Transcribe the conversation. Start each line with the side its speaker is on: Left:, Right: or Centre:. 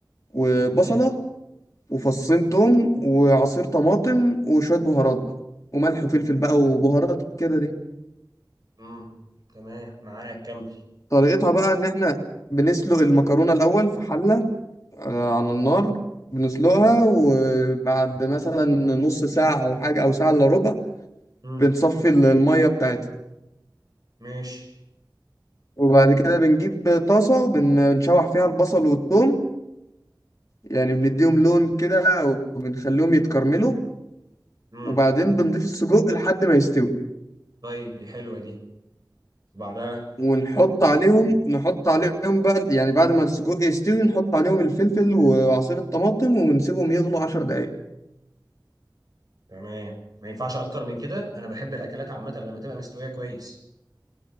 Left: وبصله
Right: تمام
Left: وفصين توم وعصير طماطم وشويه بهارات وملح وفلفل بقى وبهارات كده دي
Right: امم تمام معاك كمل
Left: طريقتها بقى ان احنا بنسلق المكرونه الاول في حله آه، على النار بنسلقها وبعد مثلا نص ساعة أو حاجة أو ساعة إلا ربع
Right: امم
Left: بنصفي ال- المية بتاعتها
Right: ماشي
Left: وبعد كده بنجيب طاسة وبنشوح فيها البصل والثوم يعني بنديهم لون كده وبنخليهم يتكرملوا
Right: امم
Left: وبعدين بنضيف السجق لحد ما يستوي
Right: طيب دي حلوه دي وبعدها
Left: ونحط عليهم نحط عليهم بقى يعني بعد ما السجق يستوي نحط عليهم الفلفل وعصير الطماطم ونسيبهم يغلوا عشر دقايق
Right: تمام ما ينفعش اكتر من كده انا بحب الاكلات عامه لما تبقى مستويه كويس